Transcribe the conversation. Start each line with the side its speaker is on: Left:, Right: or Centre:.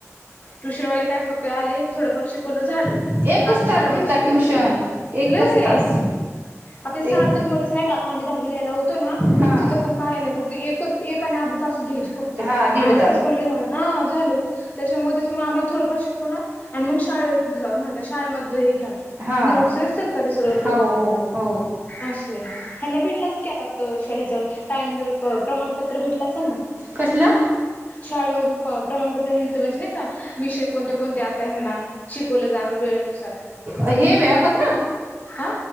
Left: टुशनवाले काय फक्त आले थोडंफार शिकवलं झालं.
Right: आहे एकच
Left: का आता
Right: तास
Left: शाळेमध्ये
Right: घेतता
Left: शिकवत
Right: ट्युशन
Left: असते ना
Right: एकच
Left: लय
Right: तास.
Left: आता ते सार्थक
Right: एक
Left: मध्येच नाही का आता आम्ही दहावीला ह्याला होतो ना?
Right: हा
Left: तिथं पण काय नाही फक्त एकच एक आणि अर्धा तास घ्यायचे फक्त अर्धा
Right: हा दीड
Left: तास पण लई ह झालं त्याच्यामुळेच मग आम्हाला थोडंफार शिकव नार आणि मग शाळेत माणता शाळेमध घ्या की
Right: हा
Left: नोट्स नसतात का ते सगळं करून
Right: हो
Left: घ्या.
Right: हो हो
Left: असय हेना भेटलं असेल की आता शाच टाइम प्रमाणपत्र भेटलं असेल ना?
Right: कसलं?
Left: शाळे मधून. प्रमाणपत्र हेचं म्हणजे नाही का विषय कोणते कोणते आता हेना शिकवलं जाणार वेळ नुस
Right: हे वेळापत्रक,
Left: हा